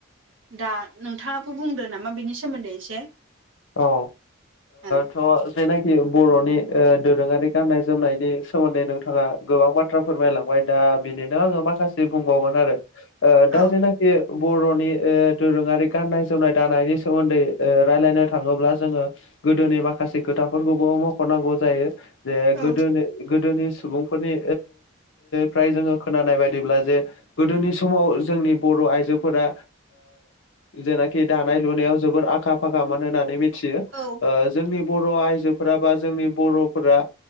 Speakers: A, on the right (about 65°); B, on the left (about 70°).
A: दा नोंथाङाबो बुंदो नामा बेनि सोमोन्दै एसे।
B: औ।
A: औ
B: थ' जायनाखि बर'नि दोरोङारि गाननाय जोमनायनि सोमोन्दै नोंथाङा। गोबां बाथ्रा फोरमायलांबाय दा बेनिनो आङो माखासे बुंबावगोन आरो दा
A: औ
B: जेनाखि बर'नि दोरोङारि गाननाय जोमनाय दानायनि सोमोन्दै रायलायनो। थाङोब्ला जोङो गोदोनि माखासे खोथाफोरखौबो मख'नांगौ जायो। जे
A: औ
B: गोदोनि गोदोनि सुबुंफोरनि फ्राय जोङो खोनानाय बायदिब्ला जे गोदोनि समाव जोंनि बर' आइजोफोरा जेनाखि दानाय लुनायाव जोबोर आखा फाखामोन होननानै मिथियो।
A: औ
B: जोंनि बर' आइजोफोरा बा जोंनि बर'फोरा।